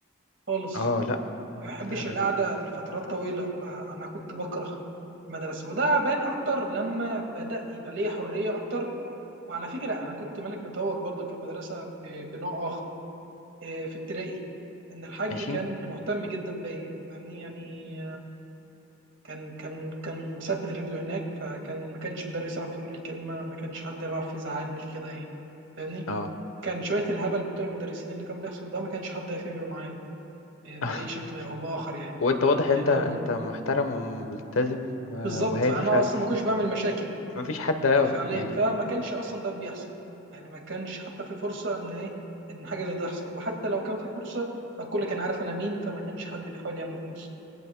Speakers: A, on the right; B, on the left.
A: خالص
B: اه لا
A: ما بحبش
B: لا لا
A: القعده
B: لا
A: لفترات طويله فانا كنت بكره المدرسه وده بان اكتر لما بدا يبقى ليا حريه اكتر وعلى فكره انا كنت ملك متوج برضو في المدرسه ب... بنوع اخر آه، في ابتدائي ان الحاج
B: ماشي
A: كان مهتم جدا بيا فاهمني يعني كان كان كان مثبت رجله هناك فكان ما كانش مدرس يعرف يقول لي كلمه ما كانش حد يعرف يزعلني كده ايه فاهمني
B: اه
A: كان شويه الهبل بتوع المدرسين اللي كان بيحصل ده ما كانش حد يعرف يعمله معايا ب-
B: <laughs>
A: باي شكل او باخر يعني
B: وانت واضح انت
A: لانه
B: انت محترم وملتزم و-
A: بالظبط
B: وهادي
A: فانا
B: فما
A: اصلا ما كنتش بعمل مشاكل
B: فيش حد اه
A: فعليا
B: يعني
A: فما كانش اصلا ده بيحصل يعني ما كانش حتى في فرصه ان ايه ان حاجه زي ده تحصل وحتى لو كان في فرصه فالكل كان عارف انا مين فما كانش حد بيحاول يعمل فرصه